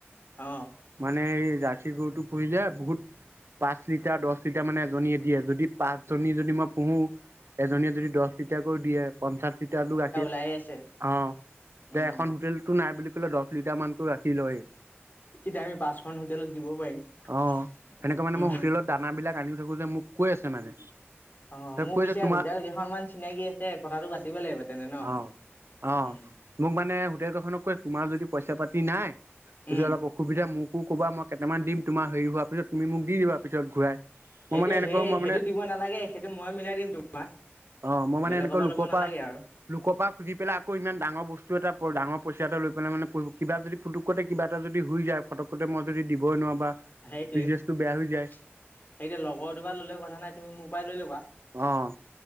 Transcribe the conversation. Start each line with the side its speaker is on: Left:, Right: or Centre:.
Left: অ'
Right: মানে এই জাৰ্চী গৰুটো পুহিলে বহুত পাঁচ লিটাৰ-দহ লিটাৰ মানে এজনীয়ে দিয়ে যদি পাঁচজনী যদি মই পোহো এজনীয়ে যদি দহ লিটাৰাকৈ দিয়ে পঞ্চাশ লিটাৰ হল গাখিৰ
Left: চাই আছে।
Right: অ
Left: উম
Right: এ এখন হোটেলতো নাই বুলি কলেও দহ লিটাৰ মানকৈ গাখি লয়েই
Left: তেতিয়া আমি পাঁচখন হোটেলত দিব পাৰিম
Right: অ সেনেকে মানে
Left: উ'ম
Right: মই হোটেলত দানাবিলাক আনি থাকো যে মোক কৈ আছে মানে।
Left: অ', মোৰ
Right: কৈছে
Left: পিছে
Right: তোমাৰ
Left: হোটেল কেইখনমান চিনাকি আছে কথাটো পাতিব লাগিব। তেনে ন।
Right: অ' অ
Left: উম।
Right: মোক মানে হোটেল কেইখনে কয় তোমাৰ যদি পইচা পাতি নাই যদি
Left: উম
Right: অলপ অসুবিধা মোকো কবা মই কেইটামান দিম তোমাৰ হেৰি হোৱাৰ পিছত তুমি মোক দি দিবা পিছত ঘূৰাই। মই
Left: সেইটোৱে
Right: মানে এনেকৈ
Left: সেই
Right: মই
Left: সেইটো
Right: মানে
Left: দিব নালাগে সেইটো মই মিলাই দিম তোমাক।
Right: অ মই মানে
Left: বেলেগৰ
Right: এনেকৈ
Left: পা
Right: লোকৰ
Left: ল'ব নালাগে
Right: পৰা
Left: আৰু
Right: লোকৰ পা খুজি পেলাই আকৌ ইমান ডাঙৰ বস্তু এটা বৰ ডাঙৰ পইচা এটা লৈ পেলাই মানে কিবা যদি পুটুকতে কিবা এটা যদি হৈই যায় ফটকতে মই যদি দিবই নোৱাৰোঁ বা
Left: সেইটোৱে,
Right: বিজনেচটো বেয়া হৈ যায়
Left: সেইটো লগৰটো পৰা ললেও কথা নাই তুমি মোৰ পাই লৈ ল'বা।
Right: অ',